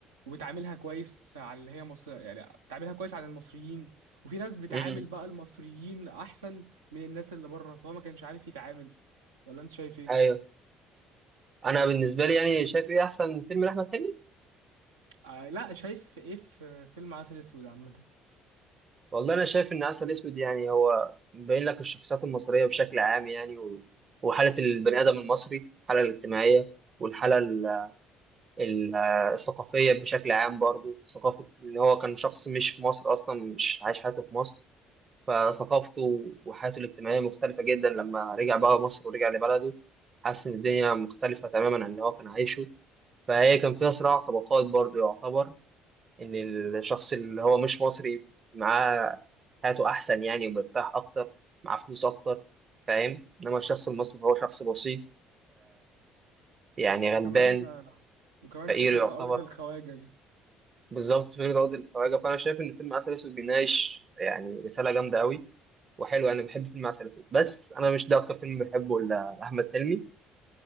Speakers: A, on the right; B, on the right.
A: وبتعاملها كويس على اللي هي مصر يعني بتعاملها كويس على المصريين وفي ناس بتعامل
B: امم
A: بقى المصريين احسن من الناس اللي بره فهو ما كانش عارف يتعامل ولا انت شايف ايه
B: ايوه انا بالنسبه لي يعني شايف ايه احسن فيلم لاحمد حلمي
A: آه لا شايف ايه في فيلم عسل اسود عامه
B: والله انا شايف ان عسل اسود يعني هو بيبين لك الشخصيات المصريه بشكل عام يعني و... وحاله البني ادم المصري الحاله الاجتماعيه والحاله ال... ال- الثقافيه بشكل عام برضو ثقافه ان هو كان شخص مش في مصر اصلا مش عايش حياته في مصر فثقافته وحياته الاجتماعيه مختلفه جدا لما رجع بقى مصر ورجع لبلده حس ان الدنيا مختلفه تماما عن اللي هو كان عايشه فهي كان فيها صراع طبقات برضو يعتبر إن الشخص اللي هو مش مصري معاه حياته أحسن يعني ومرتاح أكتر معاه فلوس أكتر فاهم إنما الشخص المصري هو شخص بسيط يعني
A: وكمان
B: غلبان
A: آه، وكمان
B: فقير
A: فكره
B: يعتبر
A: عقده الخواجه دي
B: بالظبط فكرة عقد الخواجة فأنا شايف إن فيلم عسل أسود بيناقش يعني رسالة جامدة أوي وحلو أنا بحب فيلم عسل أسود بس أنا مش ده أكتر فيلم بحبه ل- لأحمد حلمي